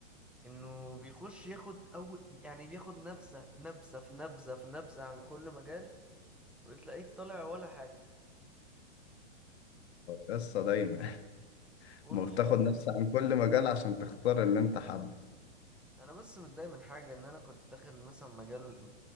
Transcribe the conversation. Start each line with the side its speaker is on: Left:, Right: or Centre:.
Centre: انه بيخش ياخد اول يعني بياخد نبذه نبذه في نبذه في نبذه عن كل مجال وتلاقيك طالع ولا حاجه
Left: قصة دايما <laughs>
Centre: والمشكله
Left: ما بتاخد
Centre: ان
Left: نفس عن كل مجال عشان تختار اللي انت حابه
Centre: انا بس متضايق من حاجه ان انا كنت داخل مثلا مجال